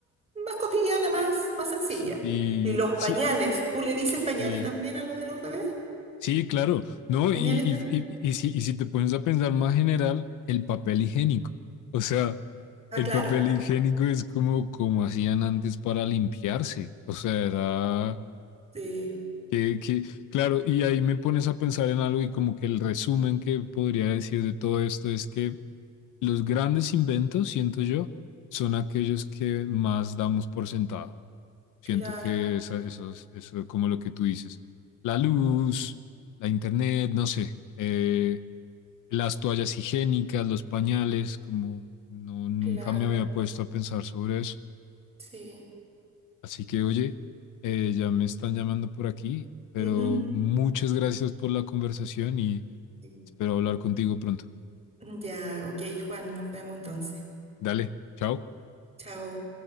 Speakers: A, on the right; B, on the left.
A: más cotidiana, más, más sencilla.
B: sí,
A: Y los pañales,
B: sí,
A: ¿tú le dices pañales
B: sí,
A: también a los de los bebés?
B: sí, claro, ¿no?
A: Pañales
B: Y, y-
A: también.
B: y- y si, y si te pones a pensar más general, el papel higiénico, o sea,
A: Ah,
B: el
A: claro.
B: papel higiénico es como, como hacían antes para limpiarse, o sea, era
A: Sí,
B: que, que, claro, y ahí me pones a pensar en algo y como que el resumen que podría decir de todo esto es que los grandes inventos, siento yo, son aquellos que más damos por sentado. Siento
A: claro,
B: que esa- eso, es, eso es como lo que tú dices. La luz, la internet, no sé, eh, las toallas higiénicas, los pañales, como no, nunca
A: claro,
B: me había puesto a pensar sobre eso.
A: sí.
B: Así que, oye, eh, ya me están llamando por aquí, pero
A: Ujú.
B: muchas gracias por la conversación y
A: Sí.
B: espero hablar contigo pronto.
A: Ya, ok, Juan, nos vemos entonces.
B: Dale, chao.
A: Chao.